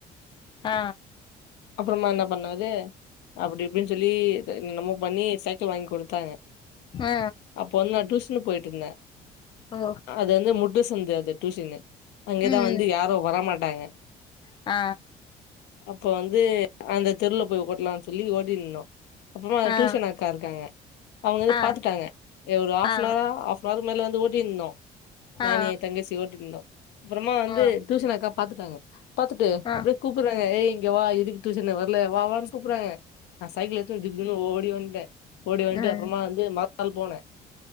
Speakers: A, on the left; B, on the left.
A: அ
B: அப்புறமா என்ன பண்ண அது அப்டி இப்டின்னு சொல்லி என்னமோ பண்ணி சைக்கிள் வாங்கி கொடுத்தாங்க
A: ஆ
B: அப்போ வந்து நா டியூஷன் போயிட்டு இருந்தே
A: ஓ
B: அது வந்து முட்டு சந்து அது டியூஷன்னு அங்கதா
A: ம்
B: வந்து யாரும் வரமாட்டாங்க
A: ஆ
B: அப்ப வந்து அந்த தெருல போய் ஓட்லானு சொல்லி ஓடின்னு இருந்தோ அப்புறமா
A: ஆ
B: டியூஷன் அக்கா இருக்காங்க அவங்க வந்து
A: ஆ
B: பாத்துட்டாங்க ஒரு ஹாஃப்னவரா
A: ஆ
B: ஹாஃப் மறு மேல வந்து ஓட்டின்ருந்தோ நானு
A: ஆ
B: எ தங்கச்சி ஓட்டிருந்தோ அப்புறமா வந்து
A: ஆ
B: டியூஷன் அக்கா பாத்துட்டாங்க பாத்துட்டு
A: ஆ
B: அப்டியே கூப்புறாங்க ஏய் இங்க வா எதுக்கு டியூசன்க்கு வர்ல வா வானு கூப்புறாங்க நா சைக்கிள் எத்து திபு திபு ஓடி வந்ட்ட ஓடி வந்ட்டு
A: ம்
B: அப்புறமா வந்து மறுநாள் போனே